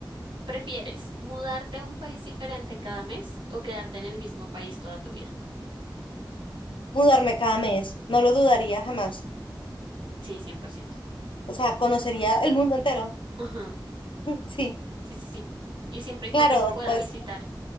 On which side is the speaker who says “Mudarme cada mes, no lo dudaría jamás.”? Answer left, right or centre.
Left